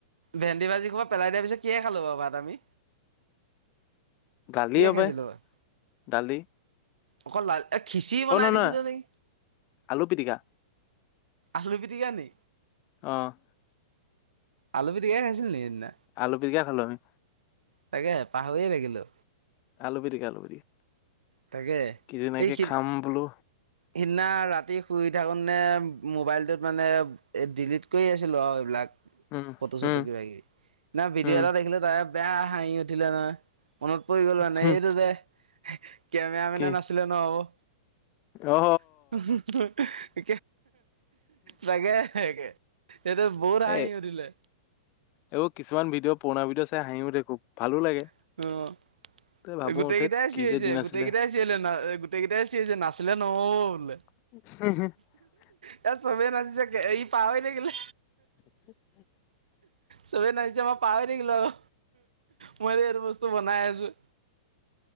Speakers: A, on the right; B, on the left.
A: ভেন্দি ভাজি ক'ৰবাত পেলাই দিয়া পিছত কিহে খালো বাউ ভাত আমি
B: দালি
A: কিহে
B: হপাই,
A: খাইছিলো বাৰু
B: দালি
A: অকল লাল এ খিচি বনাই
B: অ নহয়
A: দিছিলোঁ
B: নহয়
A: নেকি!
B: আলু পিটিকা
A: আলু পিটিকা নি
B: অৱ
A: আলু পিটিকাই খাইছিলো নি সেইদিনা
B: আলু পিটিকা খালো আমি
A: তাকে পাহইএ থাকিলো
B: আলু পিটিকা আলু পিটিকা
A: তাকে
B: কি ধুনীয়াকে
A: সেই খিনি
B: খাম বোলো
A: সিদিনা ৰাতি শুই থাকো নে মোৱাইলটোত মানে ডিলিট কৰি আছিলো আউ এইবিলাক
B: উম
A: ফটো চটো
B: উম
A: কিবা কিবি না ভিডিঅ'
B: উম
A: এটা দেখিলো তাৰে বেয়া হাঁহি উঠিলে নহয়। মনত পৰি গ'ল মানে
B: হুম
A: এইটো যে কেমেৰা
B: কি
A: মেনে নাছিলে নাছিলে অ
B: অ
A: <inaudible> তাকে সেটোত বহুত হাঁহি
B: এ
A: উঠিলে।
B: এইবোৰ কিছুমান ভিডিঅ' পুৰণা ভিডিঅ' চাই হাঁহিও খুব ভালো লাগে।
A: <unintelligible>
B: ত ভাবো
A: গোটেই
B: ধেত
A: কেইটাই
B: কি
A: চিঞৰিছে
B: যে দিন আছিলে
A: গোটেই কেইটাই চিঞৰিলে না গোটেই কেইটাই চিঞৰিছে নাছিলে নহ'ল।
B: <unintelligible>
A: ইয়াত চবে নাচিছে ই পাহই থাকিলে।
B: <unintelligible>
A: চবেই নাচিছে মই পাহই থাকিলো আও মই যে এইটো বস্তু বনাই আছোঁ